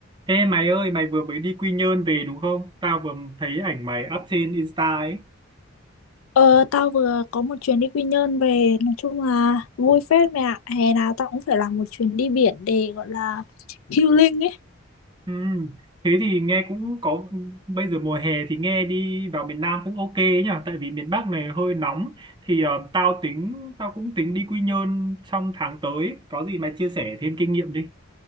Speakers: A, on the right; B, on the left.
A: Ê mày ơi, mày vừa mới đi Quy Nhơn về đúng không? Tao vừa thấy ảnh mày up trên Insta ấy.
B: Ờ, tao vừa có một chuyến đi Quy Nhơn về nói chung là vui phết mẹ ạ hè nào tao cũng phải làm một chuyến đi biển để gọi là healing ấy
A: Ừm, Thế thì nghe cũng có, bây giờ mùa hè thì nghe đi vào miền Nam cũng ok ấy nhỉ? Tại vì miền Bắc này hơi nóng. Thì ờ, tao tính, tao cũng tính đi Quy Nhơn trong tháng tới. Có gì mày chia sẻ thêm kinh nghiệm đi,